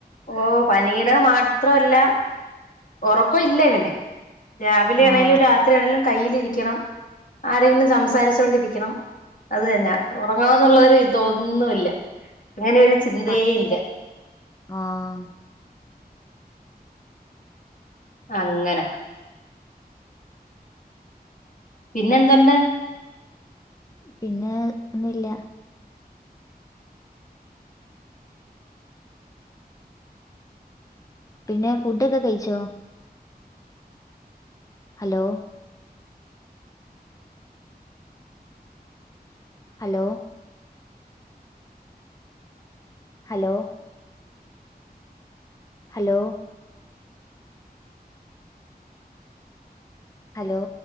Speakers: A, on the left; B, on the left.
A: ഓ പനിടെ മാത്രല്ല ഉറക്കം ഇല്ല ഇവന് രാവിലെയാണേലും
B: ആഹ്
A: രാ ത്രിയാണേലും കയ്യിലിരിക്കണം ആരെങ്കിലും സംസാരിച്ചു കൊണ്ടിരിക്കണം അത് തന്നെ ഉറങ്ങണംന്നുള്ളോരു ഇതൊന്നുല്ല അങ്ങനെ ഒരു ചിന്തയേ
B: പനിയുടെ
A: ഇല്ല
B: ആഹ്
A: അങ്ങനെ പിന്നെ എന്തുണ്ട്
B: പിന്നെ ഒന്നും ഇല്ല പിന്നെ ഫുഡൊക്കെ കഴിച്ചോ hello hello hello hello hello